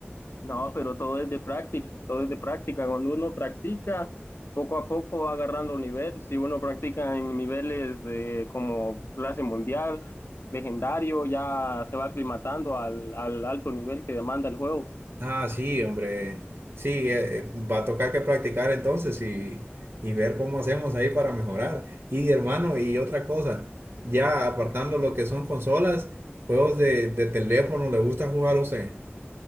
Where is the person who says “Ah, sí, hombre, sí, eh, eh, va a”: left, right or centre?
Right